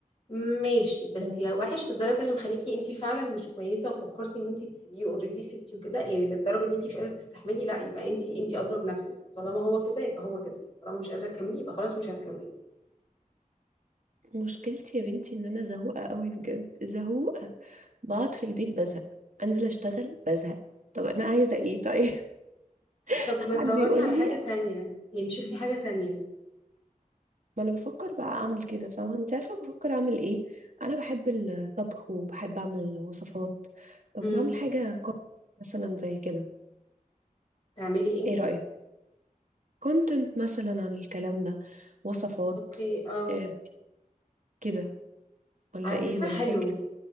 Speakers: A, on the left; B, on the right.
A: ماشي بس
B: مم.
A: لو وحش للدرجه اللي مخليكي انت فعلا مش كويسه وفكرتي ان انت تسيبيه اوريدي سبتي وكده يعني للدرجه دي انت مش قادره تستحملي لا يبقى انت انت اضرب نفسك طالما هو كده يبقى هو كده طالما مش قادره تكملي يبقى خلاص مش هتكملي
B: مشكلتي يا بنتي ان انا زهوقه قوي بجد زهوقه بقعد في البيت بزهق انزل اشتغل بزهق طب انا عايزه ايه طيب <laughs>
A: طب ما
B: حد
A: تدوري
B: يقول
A: على
B: لي
A: حاجة تانية يعني شوفي حاجة تانية
B: ما انا بفكر بقى اعمل كده فاهمه انت عارفه بفكر اعمل ايه انا بحب الطبخ وبحب اعمل وصفات طب
A: امم
B: ما اعمل حاجه كون- مثلا زي كده
A: تعملي ايه
B: ايه رايك كونتنت مثلا عن الكلام ده وصفات
A: اوكي اه
B: آه كده ولا
A: على
B: ايه
A: فكرة
B: ولا
A: حلو
B: فاكس